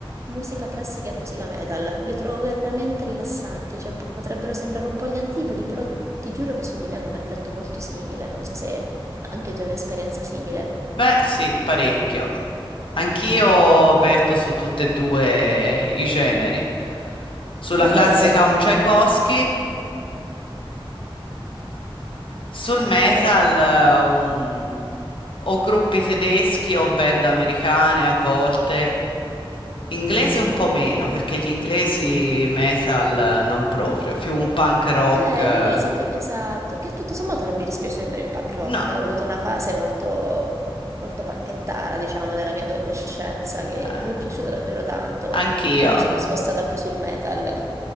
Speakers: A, on the right; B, on the left.
A: musica classica e musica metal. Li trovo veramente rilassanti, cioè potrebbero sembrare un po' gli antipodi, però ti giuro che su di me hanno un effetto molto simile. Non so se anche tu hai un'esperienza simile.
B: Beh, sì, parecchio. Anch'io verto su tutti e due i generi. Sulla
A: Davvero?
B: classica un Tchaikovsky Sul
A: Eh,
B: metal,
A: vabbè.
B: eh, un- o gruppi tedeschi o band americane a volte. Inglese un po' meno, perché gli inglesi metal eh, non proprio, più un punk rock.
A: Eh,
B: eh,
A: gli inglesi più... Esatto, che tutto sommato non mi dispiace nemmeno il punk rock.
B: No,
A: eh. Ho avuto una fase molto, molto panchettara, diciamo, della mia adolescenza, che
B: eh,
A: mi è piaciuta davvero tanto.
B: anch'io.
A: Poi mi sono spostata più sul metal.